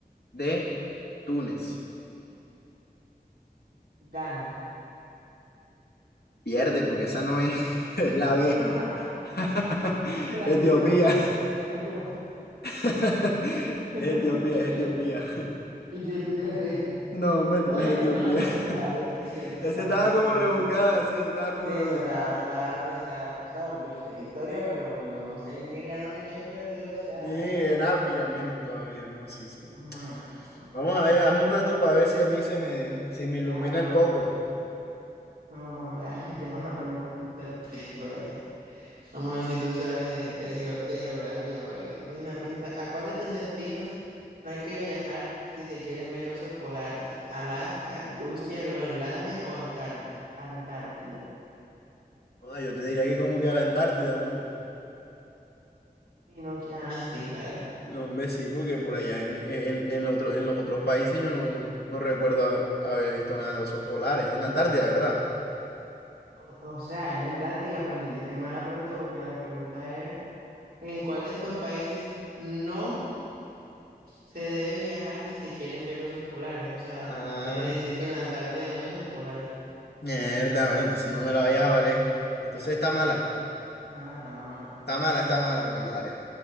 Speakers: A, on the left; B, on the right.
A: D. Túnez.
B: Gana.
A: Pierde porque esa no es, <laughs> es la B.
B: <laughs>
A: <laughs>
B: Era
A: Etiopía.
B: tú, el yo.
A: <laughs>
B: <laughs>
A: Es Etiopía, es Etiopía.
B: y que pierde.
A: No, menos
B: Oye,
A: es Etiopía.
B: no, es que
A: <laughs>
B: eso está difícil, eso
A: Esa
B: está
A: estaba
B: muy difícil.
A: como rebuscada, sí, esa estaba
B: Sí,
A: como
B: eso
A: rebuscada.
B: está, está pesado. O sea, yo sé de historia, pero yo no sé ni quién ganó ni quién perdió. O sea,
A: Ni en África menos todavía, no, sí, sí.
B: no, no.
A: Vamos a ver,
B: Ah,
A: hazme una tú para ver si a mí se me, se me ilumina
B: Déjame te
A: el
B: hago
A: coco.
B: una pregunta. No, déjame te hago una pregunta a ti, pa' ver. Vamos a ver si tú sabes de, de geo- de geografía, para ver que tú tienes una pinta. ¿A cuál de estos destinos no hay que viajar si se quieren ver osos polares? ¿Alaska, Rusia, Groenlandia o Antárdi- Antártida?
A: Ah, yo te diría que como que a la Antártida, ¿no?
B: Sí, no, que- ah, sí, claro.
A: No, hombre, sí, porque por allá en, en, en otro- en los otros países yo no, no recuerdo a- haber visto nada de osos polares. En la Antártida, ¿verdad?
B: O, o sea, era en táctica, pero entendiste mal la pregunta porque la pregunta era, ¿en cuál de estos países no se debe viajar si se quieren ver osos polares? O sea,
A: Ah,
B: quiere decir que en la Antártida no hay osos polares.
A: mierda, bueno, entonces no me la vayas a valer. Entonces está mala,
B: Ah, está mala, está
A: está
B: mala,
A: mala, está
B: está mala.
A: mala. Bueno, dale.